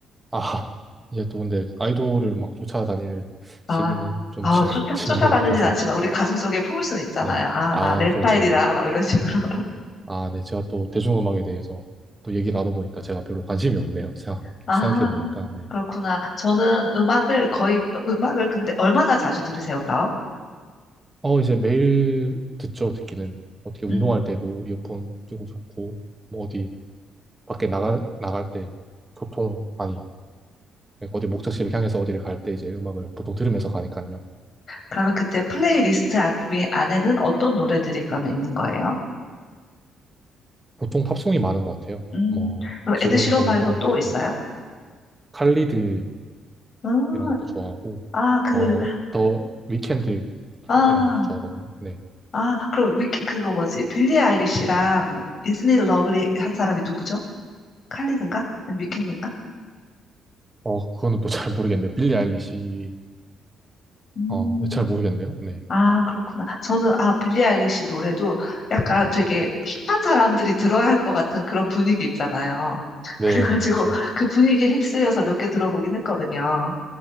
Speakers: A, on the right (about 20°); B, on the left (about 55°).
A: 아, <laughs> 이제 또 근데 아이돌을 막 쫓아다닐
B: 아,
A: 시기는 좀
B: 아,
A: 지난,
B: 쫓아,
A: <laughs> 지난
B: 쫓아다니진
A: 것 같아서.
B: 않지만 우리 가슴속에 품을 수는 있잖아요.
A: 네.
B: 아,
A: 아,
B: 나 내 스타일이다.
A: 그렇죠. 네.
B: 막 이런 식으로.
A: 아, 네. 제가 또 대중음악에 대해서 또 얘기 나눠보니까 제가 별로 관심이 없네요. 생각,
B: <laughs> 아,
A: 생각해보니까. 네.
B: 그렇구나. 저는 음악을 거의, 음악을 근데 얼마나 자주 들으세요, 그럼?
A: 어, 이제 매일 듣죠. 듣기는. 어떻게 운동할
B: 음,
A: 때도 이어폰 끼고 듣고, 뭐 어디, 밖에 나가, 나갈 때 보통, 아니, 어디 목적지를 향해서 어디를 갈 때 이제 음악을 보통 들으면서 가니까요.
B: 그러면 그때 플레이리스트 안, 위, 안에는 어떤 노래들이 그러면 있는 거예요?
A: 보통 팝송이 많은 것 같아요.
B: 음,
A: 뭐,
B: 그럼
A: 지금
B: 에드시런
A: 보니까,
B: 말고 또 있어요?
A: 네, 칼리드
B: 음,
A: 이런 것도 좋아하고,
B: 아, 그
A: 뭐, 더 위켄드
B: 아,
A: 이런 것도 좋아하거든요. 네.
B: 아, 그럼 위키, 그거 뭐지? 빌리 아이리시랑 이즈니 러블리 한 사람이 누구죠? 칼리든가? 아니, 위켄드인가?
A: 어, 그거는 또 잘 모르겠네요. 빌리 아일리시,
B: 음,
A: 어, 네, 잘 모르겠네요. 네.
B: 아, 그렇구나. 저는, 아, 빌리 아이리시 노래도 약간 되게 힙한 사람들이 들어야 할 것 같은 그런 분위기 있잖아요.
A: 네,
B: 그래가지고
A: 네, 맞죠.
B: 그 분위기에 휩쓸려서 몇 개 들어보긴 했거든요.